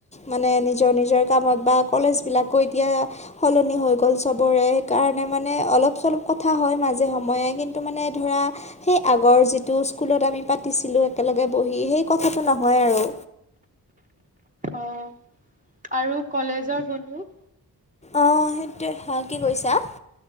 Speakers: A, on the left; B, on the right.
A: মানে নিজৰ নিজৰ কামত বা কলেজ বিলাকো এতিয়া সলনি হৈ গ'ল চ চবৰে সেইকাৰণে মানে অলপ চলপ কথা হয় মাজে সময়ে। কিন্তু মানে ধৰা, সেই আগৰ যিটো স্কুলত আমি পাতিছিলো একেলগে বহি সেই কথাটো নহয় আৰু।
B: অ' আৰু কলেজৰ বন্ধু?
A: অঁ সেইটোৱে। হা কি কৈছা?